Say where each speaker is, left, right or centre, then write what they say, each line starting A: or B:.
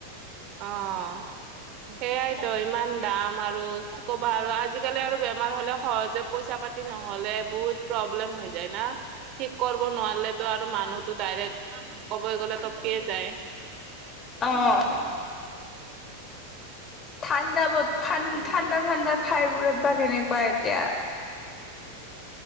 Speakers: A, on the right; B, on the left.
A: অ'! সেইয়াইতো, ইমান দাম আৰু! কি ক'বা আৰু। আজিকালি আৰু বেমাৰ হ'লে সহজে পইচা পাতি নহলে বহুত প্ৰব্লেম হৈ যায় না ঠিক কৰিব নোৱাৰিল তো আৰু মানুহ, টো ডাইৰেক্ট ক'বই গ'লে তপকিয়ে যায়
B: অঁ ঠাণ্ডা বহুত
A: উম
B: ঠাণ্ডা ঠাণ্ডা ঠাইবোৰত বা কেনেকুৱা এতিয়া,